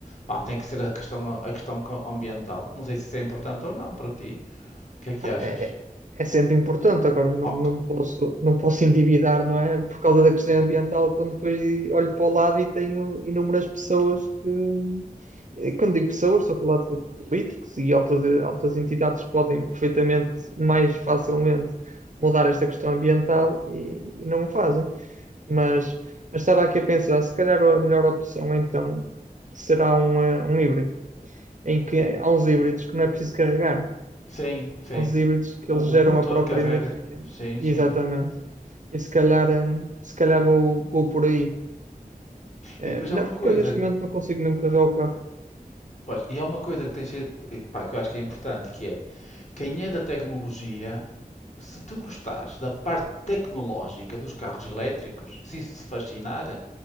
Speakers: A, on the left; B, on the right.
A: Pá, tem que ser a questão, a questão co- ambiental. Não sei se isso é importante ou não para ti. O que é que
B: Ah,
A: achas?
B: é, é sempre importante. Agora, não,
A: Oh,
B: não
A: cl-
B: posso, não posso endividar, não é? Por causa da questão ambiental, quando depois olho para o lado e tenho inúmeras pessoas que. e Quando digo pessoas, estou a falar de políticos e altas, altas entidades que podem perfeitamente, mais facilmente, mudar esta questão ambiental e, e não o fazem. Mas, mas estava aqui a pensar, se calhar a melhor opção então será um, eh, um híbrido, em que há uns híbridos que não é preciso carregar
A: sim, sim.
B: aos híbridos que
A: O,
B: eles geram
A: o motor
B: a própria
A: carrega.
B: energia.
A: Sim,
B: Exatamente.
A: sim.
B: E se calhar, hum, se calhar vou, vou por aí. É,
A: E depois
B: não,
A: há uma
B: porque
A: coisa,
B: eu neste momento não consigo mesmo carregar o carro.
A: pois, e há uma coisa que tem sido, eh, pá, que eu acho que é importante, que é Quem é da tecnologia, se tu gostares da parte tecnológica dos carros elétricos, se isso te fascinar,